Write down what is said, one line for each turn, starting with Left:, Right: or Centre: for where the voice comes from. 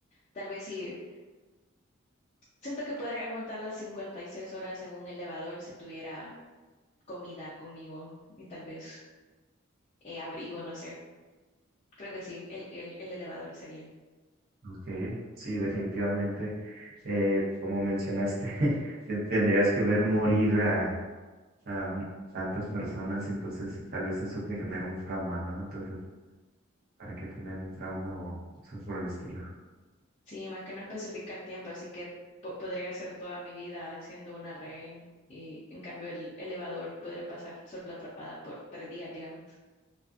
Left: tal vez sí. Siento que podría aguantar las 56 horas en un elevador si tuviera comida conmigo y tal vez eh, abrigo, no sé. Creo que sí, el, el, el elevador sería.
Right: Ok, sí, definitivamente, eh, como mencionaste, <laughs> te- tendrías que ver morir a, a un- tantas personas, entonces tal vez eso te genera un trauma, ¿no? Entonces, ¿para qué tener un trauma o cosas por el estilo?
Left: Sí, más que no especifica el tiempo, así que po- podría ser toda mi vida siendo una rehén y en cambio el elevador podría pasar solo atrapada por tres días, digamos.